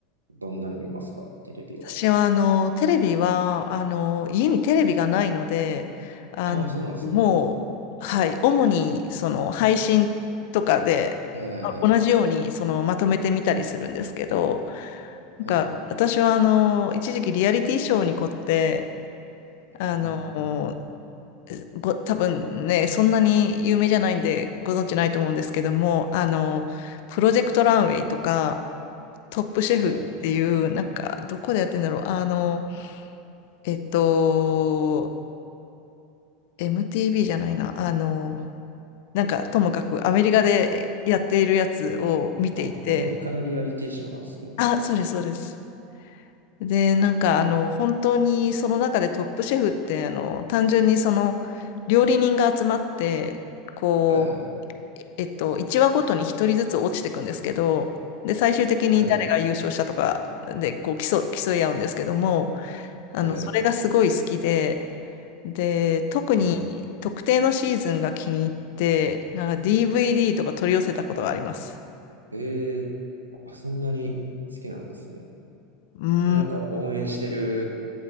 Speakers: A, on the right; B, on the left.
A: どんなの見ますかテレビは。
B: 私はあのテレビはあの家にテレビがないのであのもう、
A: ああ、そうなんですね。
B: はい、主にその配信とかであ同じようにそのまとめてみたりするんですけど
A: はいはいはい。
B: なんか私はあの一時期リアリティショーに凝って
A: はい。
B: あの
A: うん。
B: ご多分ねそんなに有名じゃないんでご存知ないと思うんですけどもあのプロジェクトランウェイとかトップシェフっていうなんかどこでやってんだろうあの
A: はい。
B: えっと、MTV じゃないな。あの、なんか、ともかくアメリカでやっているやつを見ていて、
A: あ、アメリカのリアリティショーなんですね。
B: あ、そうです、そうです。で、なんか、
A: うん
B: あの、本当にその中でトップシェフって、あの、単純にその、料理人が集まって、こ
A: はいはい。
B: う、えっと、1話ごとに1人ずつ落ちていくんですけど、で、最終的に誰が優勝したとかで、
A: はいはい。
B: こう、競、競い合うんですけども、あの、
A: はいはい。
B: それがすごい好きで、で、特に特定のシーズンが気に入って、
A: うん。
B: なんか DVD とか取り寄せたことがあります。
A: ええあ、そんなに好きなんですね。
B: うーん。
A: なんか応援してる